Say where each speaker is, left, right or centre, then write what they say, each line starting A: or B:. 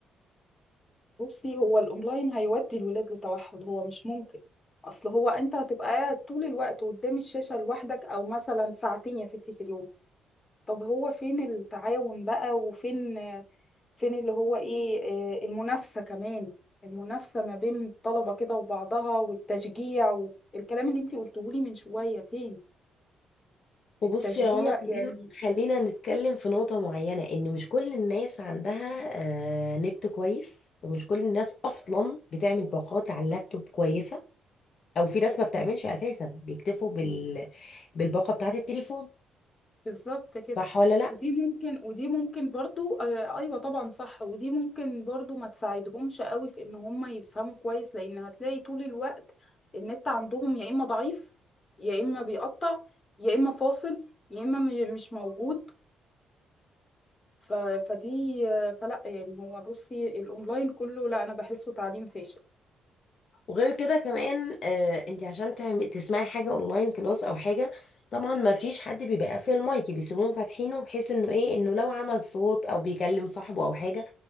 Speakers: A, on the left; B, on the left.
A: بصي هو الاونلاين هيودي الولاد لتوحد هو مش ممكن اصل هو انت هتبقى قاعد طول الوقت قدام الشاشة لوحدك او مثلا ساعتين يا ستي في اليوم طب هو فين التعاون بقى وفين فين اللي هو ايه آه، المنافسة كمان المنافسة ما بين الطلبة كده وبعضها والتشجيع والكلام اللي انت قلتهولي من شوية فين
B: وبصي
A: التشجيع
B: يا رنا كمان
A: يعني
B: خلينا نتكلم في نقطة معينة إن مش كل الناس عندها آه نت كويس ومش كل الناس أصلا بتعمل باقات على اللابتوب كويسة أو في ناس ما بتعملش أساسا بيكتفوا بال... بالباقة بتاعة التليفون
A: بالظبط كده
B: صح ولا لأ؟
A: ودي ممكن ودي ممكن برضو آه ايوه طبعا صح ودي ممكن برضو ما تساعدهمش قوي في ان هم يفهموا كويس لان هتلاقي طول الوقت النت عندهم يا اما ضعيف يا اما بيقطع يا اما فاصل يا اما م- مش موجود ف... فدي آه، فلا يعني هو بصي الاونلاين كله لا انا بحسه تعليم فاشل
B: وغير كده كمان آه انت عشان تعم- تسمعي حاجة اونلاين كلاس او حاجة طبعا ما فيش حد بيبقى قافل المايك بيسيبوهم فاتحينه بحيث انه ايه انه لو عمل صوت او بيكلم صاحبه او حاجة